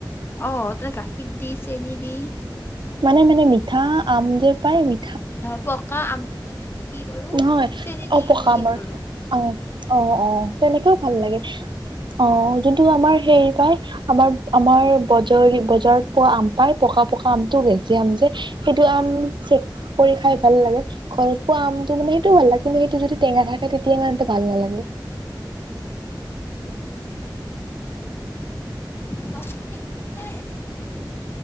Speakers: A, on the left; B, on the right.
A: অ তেনে গাখীৰ দি চেনি দি
B: মানে মানে মিঠা আম যে পায় মি
A: ধৰ, পকা আমটো মানে কি কৰো
B: নহয়
A: চেনি
B: অ
A: দি
B: পকা
A: নি
B: আমৰ
A: কৰো
B: অ অ', অ'তেনেকেও ভাল লাগে অ যোনটো আমাৰ হেৰি পায় আমাৰ আমাৰ বজ বজাৰত পোৱা আম পায় পকা পকা আমটো ভেজি আম যে সেইটো আম চেক কৰি খাই ভাল লাগে ঘৰত পোৱা আম টো মানে সেইটো ভাল লাগে কিন্তু সেইটো যদি টেঙা থাকে তেতিয়া ইমান এটা ভাল নালাগে।
A: দচটকীয়া দিলেই